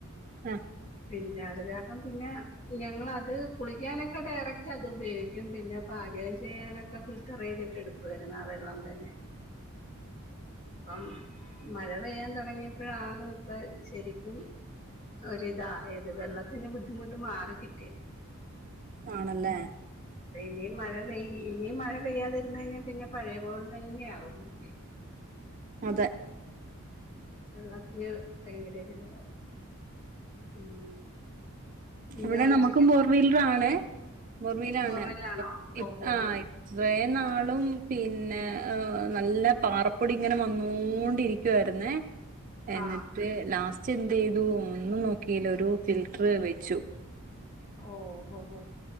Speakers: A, on the right; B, on the left.
A: ആഹ്.
B: പിന്നെ അത് കാര്ണം പിന്നെ. ഞങ്ങളത് കുളിക്കാനൊക്കെ ഡയറക്റ്റ് അത് ഉപയോഗിക്കും പിന്നെ പാചകം ചെയ്യാനൊക്കെ ഫിൽട്ടർയ്തിട്ട് എടു വരുന്ന ആഹ് വെള്ളം തന്നെ. ഇപ്പം മഴ പെയ്യാൻ തൊടങ്ങിയപ്പഴാണ്. ഇപ്പ ശരിക്കും ഒരിതായത് വെള്ളത്തിന് ബുദ്ധിമുട്ട് മാറി ക്കിട്ടി.
A: ആണല്ലേ.
B: ഇനിയും മഴ പെയ്യ് ഇനിയും മഴ പെയ്യാതിര്ന്ന് കഴിഞ്ഞാൽ പിന്നെ പഴയ പോലെ തന്നെ ആകും പിന്നെ.
A: അതെ.
B: വെള്ളത്തിന് ഭയങ്കര ഒരുതാ ഉം. പിന്നെ
A: ഇവിടെ
B: ഉച്ചക്കത്തെ
A: നമുക്കും ഫോർവീല്റാണ്
B: ഫു
A: ഫോർവീലാണ്
B: ബൊറല്ലാണോ ഓഹോ
A: ആ ഇത്രേ നാളും പിന്നെ ആ നല്ല പാറപ്പൊടി ഇങ്ങനെ വന്നോണ്ടിരി ക്ക് വായ്ര്ന്നേ. എന്നിട്ട്
B: ആഹ്
A: ലാസ്റ്റ് എന്ത് ചെയ്തു ഒന്നും നോക്കീല ഒരു ഫിൽട്ട്ർ വെച്ചു.
B: ഓ ഹോ ഹോ.